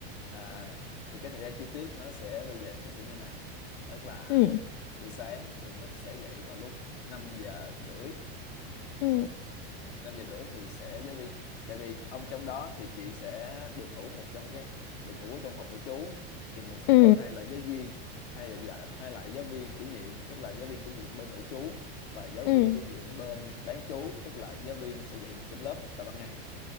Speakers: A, on the left; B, on the left.
A: à, thì cái thời gian chi tiết nó sẽ bây giờ nó sẽ như này tức là
B: ừ
A: buổi sáng thì mình sẽ dậy vào lúc 5 giờ rưỡi
B: ừ
A: năm giờ rưỡi thì sẽ giáo viên tại vì ông trong đó thì chị sẽ được ngủ một trong cái được ngủ ở trong phòng nội trú thì mình sẽ
B: ừ
A: có hai là giáo viên hay là dạ, hai lại giáo viên chủ nhiệm tức là giáo viên chủ nhiệm bên nội trú và giáo
B: ừ
A: viên chủ nhiệm bên bán trú tức là giáo viên sẽ dạy mình trên lớp vào ban ngày